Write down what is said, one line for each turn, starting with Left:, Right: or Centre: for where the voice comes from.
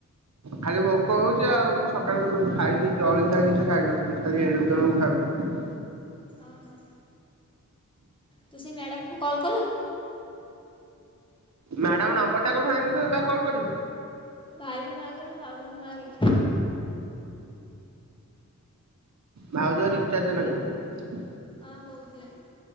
Right: ଖାଲି ଭୋକ ହଉଛି ଆଉ ମୁଁ ସକାଳୁ ଖାଇନି ଜଳିଖିଆ କିଛି ଖାଇନଥିଲି ଖାଲି ଏଣୁ ତେଣୁ ଖାଉଥିଲି।
Left: ଓ ହୋ। ତୁ ସେ ମ୍ୟାଡ଼ାମକୁ କଲ କଲୁ?
Right: ମ୍ୟାଡାମ ନମ୍ବର ଟା କୋଉଠୁ ଆଇଁଲି ଯେ ତାକୁ କଲ କରିବି।
Left: ଭାଇ କୁ ମାଗେ ନହେଲେ ଭାଉଜ କୁ ମାଗେ।
Right: ଭାଉଜର ରିଚାର୍ଜ ନାହିଁ।
Left: ହଁ କହୁଥିଲେ।